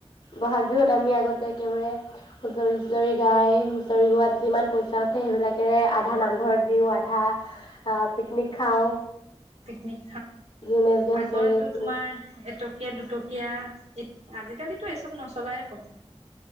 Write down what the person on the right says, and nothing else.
পিকনিক।
আগৰো
তোমাৰ এইটো? দুটকীয়া আজিকালি এই চব নচলাই হল।